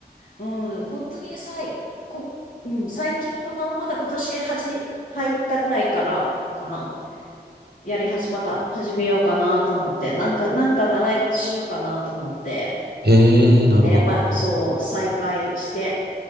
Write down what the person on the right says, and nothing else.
へえ、なるほど。